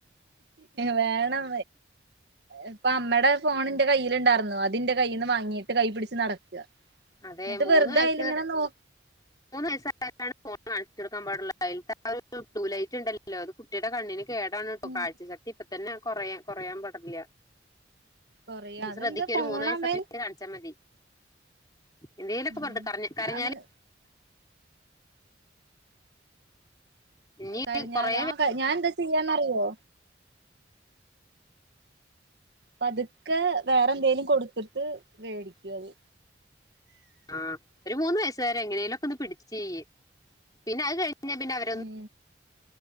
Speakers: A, on the right; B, on the left.
A: വേണം ഇപ്പൊ അമ്മടെ ഫോണ് ന്റെ കയ്യ്ല്ണ്ടാർന്നു. അതിന്റെ കയ്യിന്ന് വാങ്ങിയിട്ട് കൈപിടിച്ച് നടക്ക
B: അതെ
A: ന്നിട്ട്
B: മൂന്ന്
A: വെറുതയില്
B: വയസ്സ്
A: ഇങ്ങനെ നോ
B: മൂന്ന് വയസ്സായാലാണ് ഫോൺ കാണിച്ചു കൊടുക്കാൻ പാടുള്ളു. അയിൽത്തെ ആ ഒരു ബ്ലൂ ലൈറ്റ് ഇണ്ടല്ലോ. അത് കുട്ടിയുടെ കണ്ണിന് കേടാണ് ട്ടോ
A: ഉം
B: കാഴ്ചശക്തി ഇപ്പൊ തന്നെ കൊറ കൊറയാൻ പടില്ല
A: കൊറിയ
B: നീ
A: അതെന്താ
B: ശ്രദ്ധിക്ക് ഒരു
A: പോണവൻ
B: മൂന്ന് വയസ്സൊക്കെ <unintelligible> കാൺച്ചാ മതി. എന്തേലൊക്കെ
A: ഉം
B: പർൻട്ട് കർഞ്ഞ്‌ കരഞ്ഞാല്
A: അങ്ങനെ
B: ഇനി
A: കരഞ്ഞാൽ
B: കൊറേ വെ-
A: ആകെ ഞാൻ ന്താ ചെയ്യാന്നറിയോ പതുക്കെ വേറെന്തേലും കൊടുത്തിട്ട് മേടിക്കും അത്
B: ആഹ് ഒരു മൂന്ന് വയസ്സ് വരെ എങ്ങനേലൊക്കെ ഒന്ന് പിടിച്ചു ചെയ്യ്. പിന്നെ അത് കഴിഞ്ഞ പിന്നെ അവ
A: ഉം